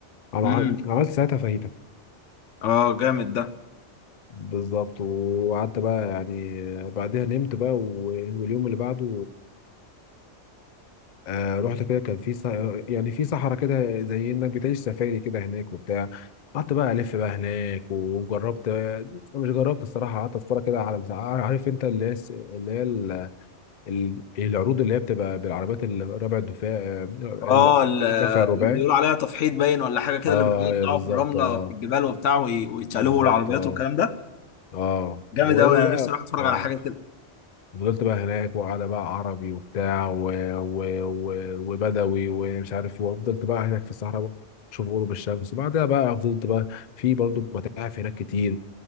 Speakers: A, on the left (about 50°); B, on the left (about 85°).
A: عم-
B: امم
A: عملت ساعتها فاهيتا
B: اه جامد ده
A: بالظبط وقعدت بقى يعني بعدها نمت بقى و- واليوم اللي بعده آه رحت كده كان في ص... يعني في صحراء كده زي انك بتعيش سفاري كده هناك وبتاع قعدت بقى الف بقى هناك وجربت مش جربت الصراحه قعدت اتفرج كده على عارف انت اللي هي الس- اللي هي ال- ال- العروض اللي هي بتبقى بالعربيات الربع الدفاع آه،
B: اه
A: ال-
B: ال-
A: الدفع الرباعي
B: اللي بيقولوا عليها تفحيط باين ولا حاجه كده
A: اه
B: اللي بيقعدوا يطلعوا
A: يا بالظبط
B: في الرمله
A: اه
B: في الجبال وبتاع وي- ويتشقلبوا
A: بالظبط
B: العربيات
A: اه
B: والكلام ده
A: اه
B: جامد
A: وهو
B: قوي انا
A: بقى
B: نفسي اروح اتفرج
A: اه
B: على حاجه كده
A: فضلت بقى هناك وقاعدة بقى عربي وبتاع و... و... و... وبدوي ومش عارف إيه، وفضلت بقى هناك في الصحراء شوف غروب الشمس وبعدها بقى فضلت بقى في برضو متاحف هناك كتير